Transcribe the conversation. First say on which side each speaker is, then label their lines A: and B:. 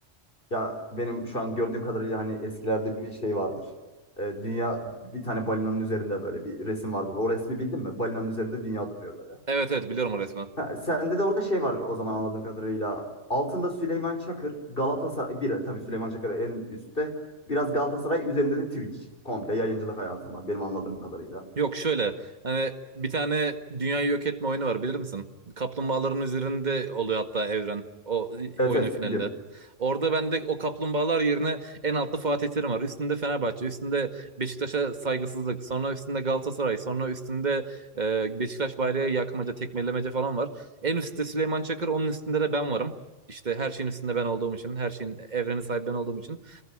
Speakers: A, on the left; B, on the right.
A: Ya benim şu an gördüğüm kadarıyla hani eskilerde bir şey vardır. Ee, dünya bir tane balinanın üzerinde böyle bir resim vardır. O resmi bildin mi? Balinanın üzerinde dünya duruyor böyle.
B: Evet evet biliyorum o resmi.
A: Ha, sende de orada şey var o zaman anladığım kadarıyla. Altında Süleyman Çakır, Galatasaray bir tabii Süleyman Çakır en üstte. Biraz Galatasaray üzerinde de Twitch. Komple yayıncılık hayatım var benim anladığım kadarıyla.
B: Yok şöyle hani bir tane dünyayı yok etme oyunu var bilir misin? Kaplumbağaların üzerinde oluyor hatta evren o e,
A: Evet
B: oyunun
A: evet
B: finalinde.
A: biliyorum.
B: Orada bende o kaplumbağalar yerine en altta Fatih Terim var. Üstünde Fenerbahçe, üstünde Beşiktaş'a saygısızlık, sonra üstünde Galatasaray, sonra üstünde e, Beşiktaş bayrağı yakmaca, tekmelemece falan var. En üstte Süleyman Çakır, onun üstünde de ben varım. İşte her şeyin üstünde ben olduğum için, her şeyin evreni sahibi ben olduğum için.